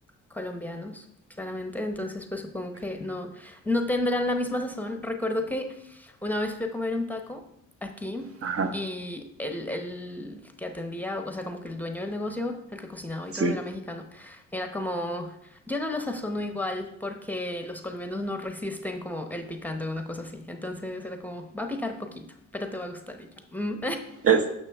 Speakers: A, in the centre; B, on the right.
A: colombianos, claramente, entonces pues supongo que no, no tendrán la misma sazón. Recuerdo que una vez fui a comer un taco aquí
B: Ajá,
A: y el, el que atendía, o sea, como que el dueño del negocio, el que cocinaba y
B: sí.
A: todo, era mexicano. Era como, yo no lo sazono igual porque los colombianos no resisten como el picante o una cosa así. Entonces era como, va a picar poquito, pero te va a gustar. Y yo, "Mm".
B: Es,